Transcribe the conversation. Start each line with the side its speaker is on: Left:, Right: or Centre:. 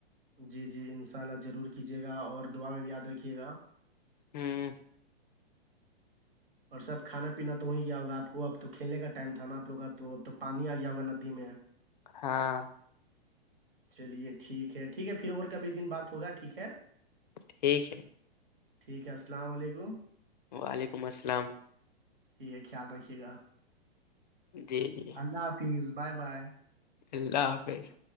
Right: جی جی انشاء اللہ ضرور کیجیے گا اور دعا میں بھی یاد رکھیے گا
Left: ہوں
Right: اور سب کھانا پینا تو ہو ہی گیا ہوگا آپ کو اب تو کھیلنے کا ٹائم تھا نا آپ لوگ کا تو اب تو پانی آ گیا ہوا ندی میں <inaudible>
Left: ہاں
Right: چلیے ٹھیک ہے ٹھیک ہے پھر اور کبھی دن بات ہوگا ٹھیک ہے
Left: ٹھیک ہے
Right: ٹھیک ہے السلام علیکم
Left: وعلیکم السلام
Right: ٹھیک ہے خیال رکھیے گا
Left: جی جی
Right: اللہ حافظ بائے بائے
Left: اللہ حافظ